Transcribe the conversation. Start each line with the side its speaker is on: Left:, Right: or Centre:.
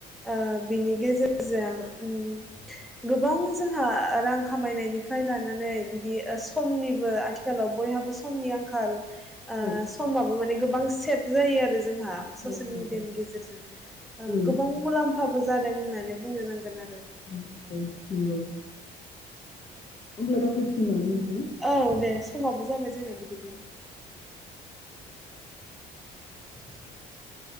Centre: ओ बिनि गेजेर मोजां। उम गोबां जों आंहा रां खामायनायनिफ्राय लानानै बिदि ओ समनिबो आथिखालाव बयहाबो समनि आं खाल ओ
Left: औ
Centre: समाबो माने गोबां सेब जायो आरो। जोंहा ससेल
Left: औ
Centre: मिडियानि गेजेरजों
Left: औ
Centre: ओ
Left: औ
Centre: गोबाव मुलाम हाबो जादों होननानै बुंनो नांगोन आर
Left: <unintelligible> नंगौ उब्ला जाथ'सिगोन नामा नोंथां
Centre: औ दे समाबो जाबाय जोंना बिदिब्ला <unintelligible>